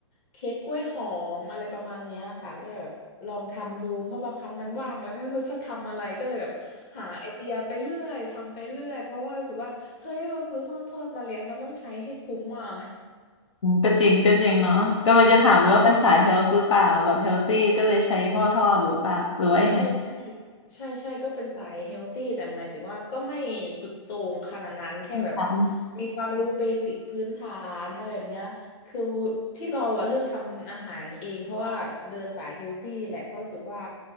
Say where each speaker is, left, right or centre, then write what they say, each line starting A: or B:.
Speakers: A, on the left; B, on the left.
A: เค้กกล้วยหอมอะไรประมาณเนี้ยค่ะก็จะแบบลองทำดูเพราะบางครั้งมันว่างแล้วไม่รู้จะทำอะไรก็เลยแบบหาไอเดียไปเรื่อยทำไปเรื่อยเพราะว่ารู้สึกว่าเฮ้ยเราซื้อหม้อทอดมาแล้วมันต้องใช้ให้คุ้มอ่ะ
B: ก็จริงก็จริงเนาะกำลังจะถามเลยว่าเป็นสายเฮลท์หรือเปล่าแบบเฮลตี้ก็เลยใช้หม้อทอดหรือว่าเปล่าหรือว่ายังไง
A: ใช่ใช่ใช่ใช่ก็เป็นสายเฮลตี้แต่หมายถึงว่าก็ไม่สุดโต่งขนาดนั้นแค่แบบ
B: ค่ะ
A: มีความรู้เบสิกพื้นฐานอะไรแบบเนี้ยคือที่เราอะเลือกทำอาหารเองเพราะว่าเดินสายเฮลตี้แหละเพราะรู้สึกว่า